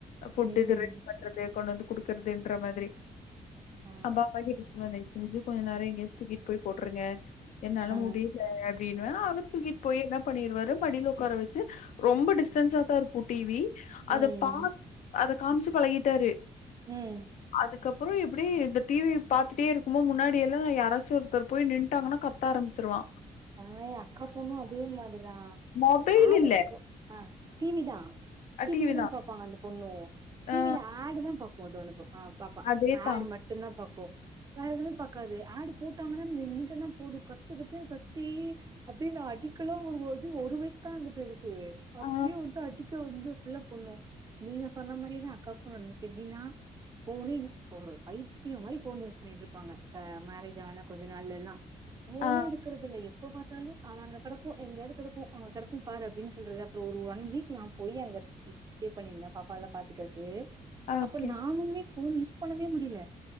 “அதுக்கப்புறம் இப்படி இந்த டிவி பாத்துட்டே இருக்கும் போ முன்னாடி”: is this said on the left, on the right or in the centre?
Left